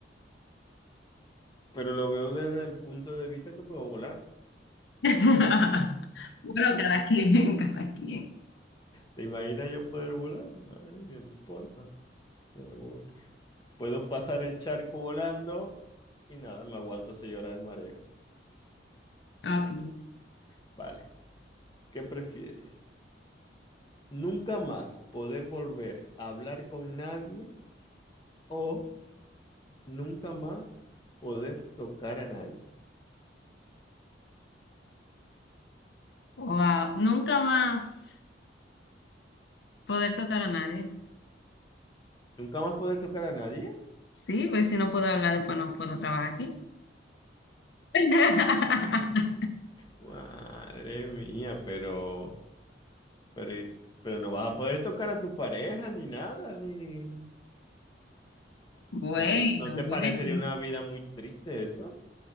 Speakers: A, on the left (about 25°); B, on the left (about 70°).
A: Pero lo veo desde el punto de vista que puedo volar.
B: <laughs> Bueno, cada quien, <laughs> cada quien.
A: ¿Te imaginas yo poder volar? Madre mía, no importa. Me voy. Puedo pasar el charco volando y nada, me aguanto seis horas de mareo.
B: Ok.
A: <laughs> Vale. ¿Qué prefieres? nunca más poder volver a hablar con nadie o nunca más poder tocar a nadie.
B: Wow, nunca más poder tocar a nadie.
A: ¿Nunca más poder tocar a nadie?
B: Sí, pues si no puedo hablar, después no puedo trabajar aquí. <laughs>
A: Madre mía, pero, pero, y- pero no vas a poder tocar a tu pareja ni nada, ni...
B: Bueno,
A: No, no, ¿no te parecería
B: bueno,
A: una vida muy triste eso?